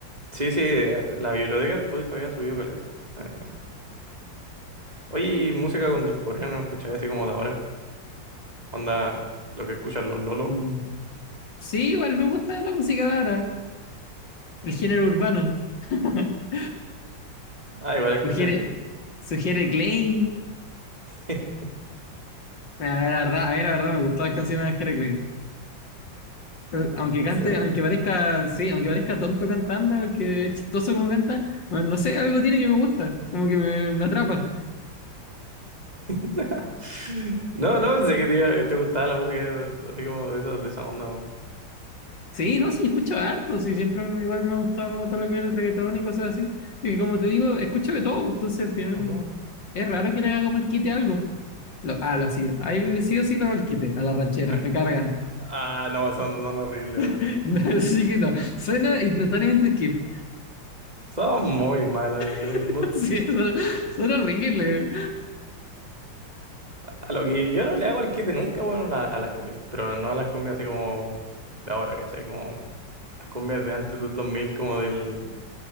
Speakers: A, on the right (about 20°); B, on the left (about 70°).
A: Sí, sí, eh, la biblioteca de Spotify ha subido caleta. eh, Oye, ¿y música contemporánea no escucháis así como de ahora. Onda, lo que escuchan los lolos.
B: Mm. Sí, igual me gusta la música de ahora, el género urbano. <laughs>
A: Ah, igual escucháis.
B: Sugiere, sugiere Klein.
A: <laughs>
B: A ver, la verdad, a mí la verdad me gustan las canciones de Jere Klein. Eh, Aunque cante,
A: ¿En serio?
B: aunque parezca, sí, aunque parezca tonto cantando, aunque es chistoso como canta, no, no sé, algo tiene que me gusta, como que me, me atrapa.
A: <laughs> No, no pensé que te, iba- te gustaba la música así como de esa, de esa onda, weón.
B: Sí, no, sí, yo escucho harto, sí, siempre me- igual me ha gustado como todo lo que es el reggaetón y cosas así. Y que como te digo, escucho de todo, entonces al final
A: Ujú.
B: es raro que le haga como el quite a algo. Lo, ah, lo hacía. Ahí sí o sí le hago el quite a la ranchera,
A: Ay.
B: me cargan.
A: Ah, no, son, son horribles, weón.
B: <laughs> No, Así que no, suena
A: <laughs>
B: instantáneamente skip.
A: Son muy malas, weón.
B: <laughs>
A: Es mu-
B: Sí, eso, suena horrible.
A: A lo que yo no le hago el quite nunca, bueno, a, a las cumbias, pero no a las cumbias así como de ahora, ¿cachai? Como las cumbias de antes del 2000, como del